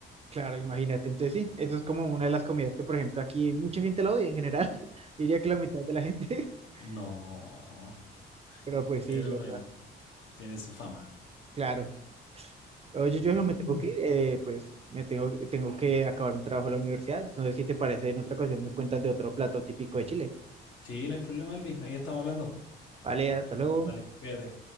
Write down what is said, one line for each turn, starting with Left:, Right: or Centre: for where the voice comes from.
Right: Claro, imagínate, entonces sí, eso es como una de las comidas que, por ejemplo, aquí mucha gente la odia en general, <laughs> diría que la mitad de la gente, <laughs>
Left: No,
Right: pero pues
Left: pero
Right: sí, Joshua,
Left: bueno, tiene su fama.
Right: claro. Oye, yo me tengo
Left: Mm.
Right: que ir, eh, pues me tengo, tengo que acabar un trabajo en la universidad. Entonces, si te parece, en otra ocasión me cuentas de otro plato típico de Chile.
Left: Sí, no hay problema, Elvi, ahí estamos hablando.
Right: Vale, hasta luego.
Left: Dale, cuídate.